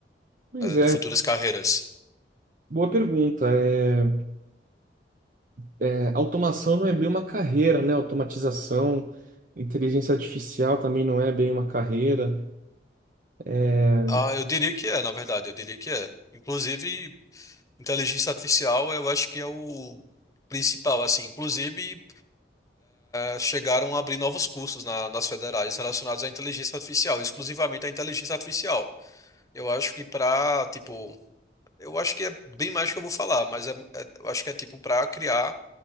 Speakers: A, on the right; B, on the left.
A: Pois
B: eh,
A: é,
B: de futuras carreiras?
A: boa pergunta. É, é, automação não é bem uma carreira, né? Automatização, inteligência artificial também não é bem uma carreira. É,
B: Ah, eu diria que é, na verdade, eu diria que é. Inclusive, inteligência artificial, eu acho que é o principal, assim, inclusive eh, chegaram a abrir novos cursos na- nas federais relacionados à inteligência artificial, exclusivamente à inteligência artificial. Eu acho que para, tipo, eu acho que é bem mais do que eu vou falar, mas é- é- eu acho que é tipo para criar